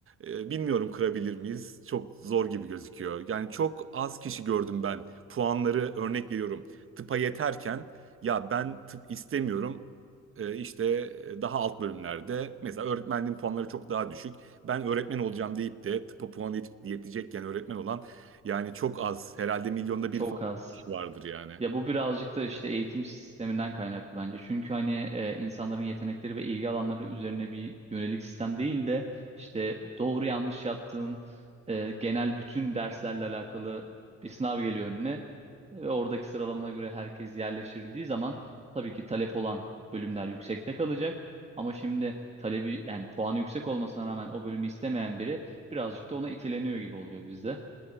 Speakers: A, on the right; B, on the right.
A: e, bilmiyorum kırabilir miyiz? Çok zor gibi gözüküyor. Yani çok az kişi gördüm ben. Puanları örnek veriyorum. Tıpa yeterken ya ben tıp istemiyorum. E, işte e, daha alt bölümlerde mesela öğretmenliğin puanları çok daha düşük. Ben öğretmen olacağım deyip de tıpa puan yet- yetecekken öğretmen olan yani çok az. Herhalde milyonda
B: Çok
A: bir falan
B: az.
A: kişi vardır yani.
B: Ya bu birazcık da işte eğitim sisteminden kaynaklı bence. Çünkü hani e, insanların yetenekleri ve ilgi alanları üzerine bir yönelik sistem değil de işte doğru yanlış yaptığın e, genel bütün derslerle alakalı bir sınav geliyor önüne. Ve oradaki sıralamana göre herkes yerleştirildiği zaman tabii ki talep olan bölümler yüksekte kalacak. Ama şimdi talebi yani puanı yüksek olmasına rağmen o bölümü istemeyen biri birazcık da ona iteleniyor gibi oluyor bizde.